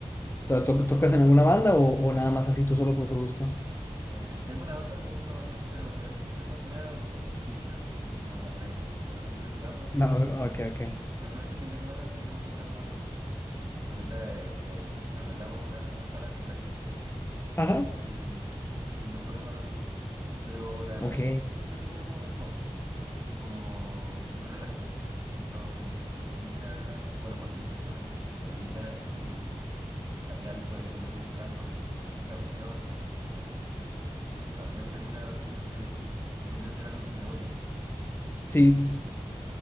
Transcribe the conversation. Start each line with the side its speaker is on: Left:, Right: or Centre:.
Left: ¿To- to- ¿Tocas en alguna banda o, o nada más así tú solo por gusto?
Right: Eh, tengo una banda con unos amigos, pero es, es más que nada de chill, así tipo de repente. De repente tocamos,
Left: No,
Right: y,
Left: ok, ok.
Right: por ejemplo, este fin de semana queríamos juntarnos a tocar. De repente eh, eh, arrendamos una de estas salas de ensayo. y,
Left: Ajá.
Right: y- y nos ponemos a tocar. Pero la verdad,
Left: Ok,
Right: siempre lo he tenido como un hobby, así como muy relajado. No, nunca, bueno, porque hay personas que se dedican a eso y al final puede convertirse en algo con mucha presión, que, que al final termina haciendo que se convierta en algo que odian.
Left: sí,